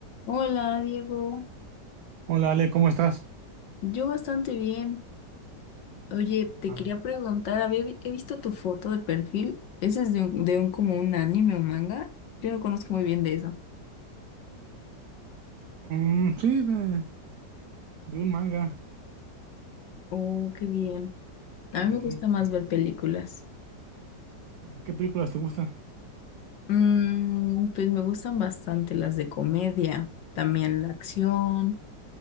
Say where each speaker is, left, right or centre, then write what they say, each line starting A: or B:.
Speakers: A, on the left; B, on the right.
A: Hola, Diego.
B: Hola Ale, ¿cómo estás?
A: Yo bastante bien. Oye, te
B: Ah.
A: quería preguntar, había vi- he visto tu foto de perfil. ¿Ese es de un, de un como un anime o manga? Yo no conozco muy bien de eso.
B: Mm, sí, de, de un manga.
A: Oh, qué bien. A
B: Eh,
A: mí me
B: es
A: gusta
B: un- sí.
A: más ver películas.
B: ¿Qué películas te gustan?
A: Mm, pues me gustan bastante las de comedia, también la acción,